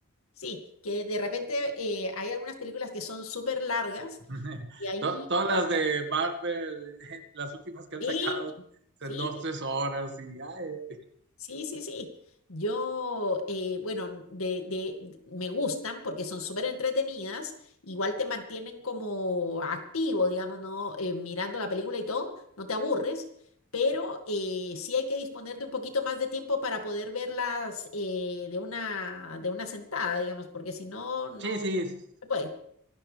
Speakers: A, on the left; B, on the right.
A: sí, que de repente eh, hay algunas películas que son súper largas
B: <laughs>
A: y ahí,
B: To- Todas las de Marvel, <laughs> las últimas que han
A: sí,
B: sacado,
A: sí,
B: en dos, tres horas y... ay, ay.
A: Sí, sí, sí. Yo, eh, bueno, de, de, de- me gustan porque son súper entretenidas, igual te mantienen como activo, digamos, ¿no? Eh, mirando la película y todo, no te aburres, pero eh, sí hay que disponer de un poquito más de tiempo para poder verlas eh, de una, de una sentada, digamos, porque si no, no
B: Sí, sí, es-
A: se puede.